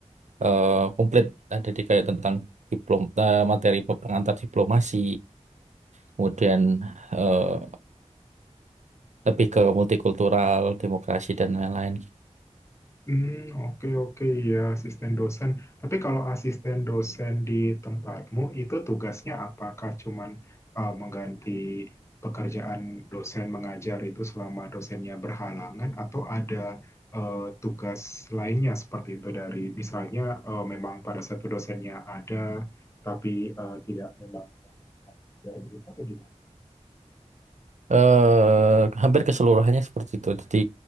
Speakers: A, on the right; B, on the left.
A: eh, komplit ada di kayak tentang diplom eh, materi pe- pengantar diplomasi, kemudian eh, lebih ke multikultural, demokrasi dan lain-lain
B: Hmm, oke oke ya asisten dosen. Tapi kalau asisten dosen di tempatmu itu tugasnya apakah cuman eh, mengganti pekerjaan dosen mengajar itu selama dosennya berhalangan atau ada eh, tugas lainnya seperti itu dari misalnya eh, memang pada satu dosennya ada tapi eh, tidak memang mengajar begitu atau gimana?
A: eh hampir keseluruhannya seperti itu. Jadi